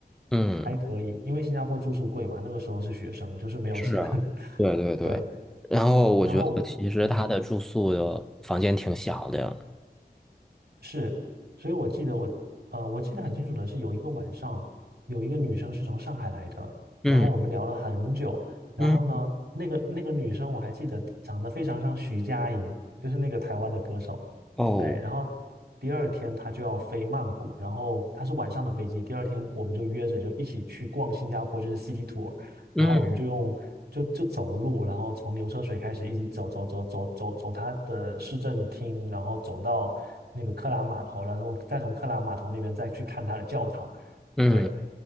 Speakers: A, in the centre; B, on the right.
A: 嗯，
B: 还可以，因为新加坡住宿贵嘛，那个时候是学生，就是没有钱。
A: 是啊，
B: <laughs>
A: 对对对。
B: 对，
A: 然后我觉得其实他的住宿的房间挺小的。
B: 然后嗯，是，所以我记得我，呃，我记得很清楚的是，有一个晚上，有一个女生是从上海来的，
A: 嗯
B: 然后我们聊了很久，然后呢，
A: 嗯，
B: 那个那个女生我还记得长得非常像徐佳莹，就是那个台湾的歌手，
A: 哦，
B: 对，然后第二天她就要飞曼谷，然后她是晚上的飞机，第二天我们就约着就一起去逛新加坡，就是 City Tour，然后我们就用就就走路，
A: 嗯
B: 然后从牛车水开始一直走走走走走走他的市政厅，然后走到那个克拉码头，然后再从克拉码头那边再去看他的教堂。
A: 嗯，
B: 对，